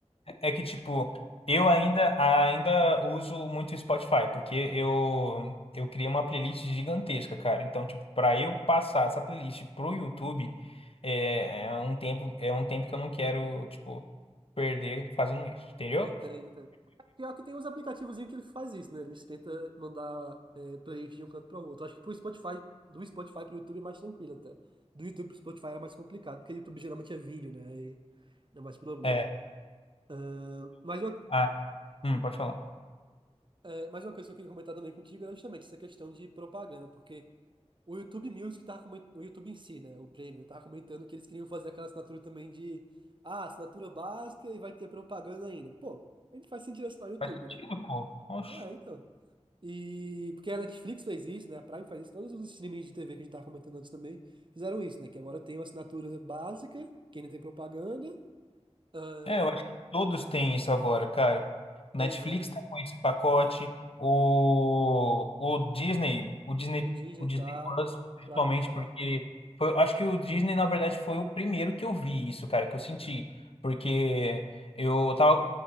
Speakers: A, on the left; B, on the right.
A: É que, tipo, eu ainda, ainda uso muito o Spotify, porque eu, eu criei uma playlist gigantesca, cara. Então, tipo, pra eu passar essa playlist pro YouTube, é, é um tempo, é um tempo que eu não quero, tipo, perder fazendo isso, entendeu?
B: Entendo, entendo. Pior que tem uns aplicativozinhos que ele faz isso, né? Eles tentam mandar é, playlist de um canto para o outro. Acho que pro Spotify, do Spotify pro YouTube é mais tranquilo até. Do YouTube pro Spotify era mais complicado, porque YouTube geralmente é vídeo, né? Aí não é mais problema.
A: É.
B: Ahn, mais uma,
A: Ah, hum, pode falar.
B: é, mais uma coisa que eu queria comentar também contigo era justamente essa questão de propaganda, porque o YouTube Music tava comentando, o YouTube em si, né? O Premium, tava comentando que eles queriam fazer aquela assinatura também de, ah, assinatura básica e vai ter propaganda ainda. Pô, a gente faz sentido assinar o YouTube,
A: Faz sentido,
B: né?
A: pô. Oxe.
B: É, então. E porque a Netflix fez isso, né? A Prime faz isso, todos os streamings de TV que a gente tava comentando antes também fizeram isso, né? Que agora tem uma assinatura básica, que ainda tem propaganda. Ah,
A: É, eu acho que todos têm isso agora, cara. Netflix
B: pois é.
A: tá com esse pacote, o, o Disney, o Disney,
B: O Disney
A: o Disney
B: tá,
A: Plus, principalmente
B: o Prime tá.
A: porque foi, acho que o Disney, na verdade, foi o primeiro que eu vi isso, cara, que eu senti, porque eu tava,